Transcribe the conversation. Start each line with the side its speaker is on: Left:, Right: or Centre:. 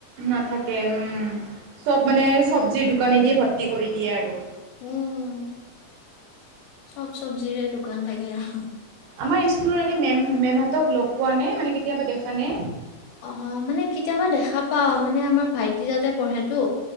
Right: নাথাকে উম চব মানে চব্জিৰ দোকানে দিয়ে ভৰ্তি কৰি দিয়ে আৰু
Left: উম উম চব চব্জিৰে দোকান থাকে আৰু
Right: আমাৰ স্কুলৰ এনেই মেম মেম হঁতক লগ পোৱা নে মানে কেতিয়াবা দেখা নে
Left: অ মানে কেতিয়াবা দেখা পাও মানে আমাৰ ভাইটি যাতে পঢ়েতো